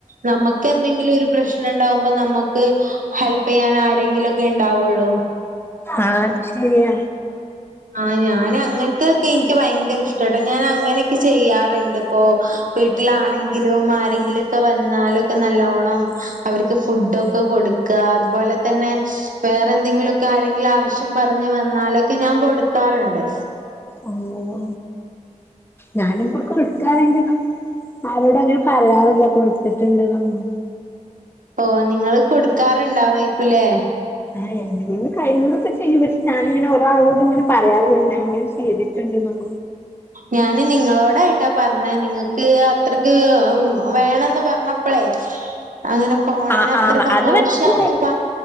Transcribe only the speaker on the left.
ആ അത് ശരിയാ.
ഓ ഓ ഞാനും കൊടുക്കാറുണ്ട്. ആരോടും അങ്ങനെ പറയാറില്ല കൊടുത്തിട്ടുണ്ട് എന്നൊന്നു.
ആ എന്നെകൊണ്ട് കഴിയുന്നതൊക്കെ ചെയ്യും. പക്ഷെ ഞാനിങ്ങനെ ഒരാളോടും ഇങ്ങനെ പറയാറില്ല ഞാനിങ്ങനെ ചെയ്തിട്ടുണ്ട് എന്നും
ആഹ്
ആഹ് അത്
മനസ്സിലായി